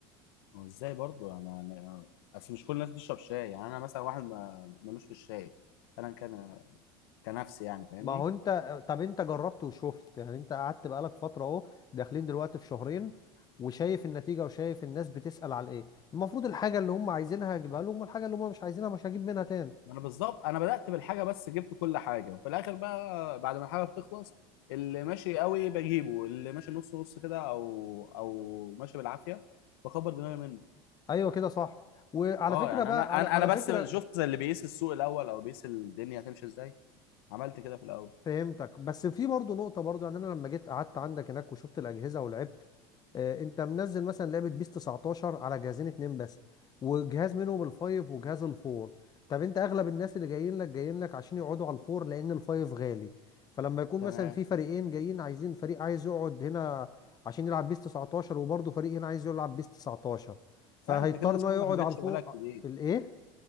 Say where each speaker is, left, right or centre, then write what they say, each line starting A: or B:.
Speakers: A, on the left; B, on the left.
A: هو ازاي برضو انا يعني اصل مش كل الناس بتشرب شاي يعني انا مثلا واحد ما ملوش في الشاي انا كان كنفسي يعني فاهمني
B: ما هو أنت طب أنت جربت وشفت يعني أنت قعدت بقالك فترة أهو داخلين دلوقتي في شهرين وشايف النتيجة وشايف الناس بتسأل على إيه المفروض الحاجة اللي هم عايزينها هجيبها لهم والحاجة اللي هم مش عايزينها مش هجيب منها تاني
A: ما انا بالظبط انا بدأت بالحاجة بس جبت كل حاجة وفي الاخر بقى بعد ما الحاجة بتخلص اللي ماشي قوي بجيبه اللي ماشي نص نص كده او او ماشي بالعافية بكبر دماغي منه
B: ايوه كده صح وعلى
A: اه
B: فكره
A: يعني
B: بقى
A: انا
B: على
A: انا
B: على
A: انا بس
B: فكره
A: شفت زي اللي بيقيس السوق الاول او بيقيس الدنيا هتمشي ازاي عملت كده في الاول
B: فهمتك بس في برضه نقطه برضه يعني انا لما جيت قعدت عندك هناك وشفت الاجهزه ولعبت آه، انت منزل مثلا لعبه بيس 19 على جهازين اتنين بس وجهاز منهم الفايف وجهاز الفور طب انت اغلب الناس اللي جايين لك جايين لك عشان يقعدوا على الفور لان الفايف غالي فلما يكون
A: تمام
B: مثلا في فريقين جايين عايزين فريق عايز يقعد هنا عشان يلعب بيس 19 وبرضه فريق هنا عايز يلعب بيس 19 فهيضطر
A: لا انت كده
B: ان
A: شكلك
B: هو يقعد
A: ما
B: على
A: جتش
B: الفوق
A: بالك كتير
B: الايه